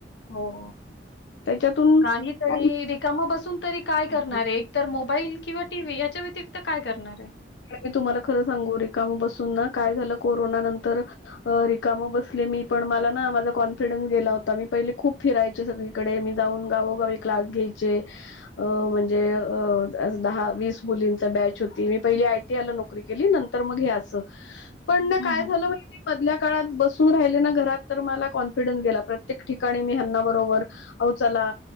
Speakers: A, on the left; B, on the left.
A: हो
B: त्याच्यातून
A: काहीतरी
B: काय
A: रिकामं बसून तरी काय
B: नाही
A: करणारये एक तर मोबाईल किंवा टी व्ही याच्या व्यतिरिक्त काय करणार आहे?
B: मी तुम्हाला खरं सांगू रिकाम बसून ना काय झालं कोरोना नंतर रिकाम बसले मी पण मला ना माझा कॉन्फिडन्स गेला होता मी पहिले खूप फिरायचे सगळीकडे मी जाऊन गावोगावी क्लास घ्यायचे अ म्हणजे अ दहा वीस मुलींचा ची बॅच होती मी पहिली आयटीआयला नोकरी केली नंतर मग हे असं पण ना
A: हं,
B: काय
A: हं.
B: झालं माहितीये मधल्या काळात बसून राहिले ना घरात तर मला कॉन्फिडन्स गेला प्रत्येक ठिकाणी मी ह्यांना बरोबर अहो चला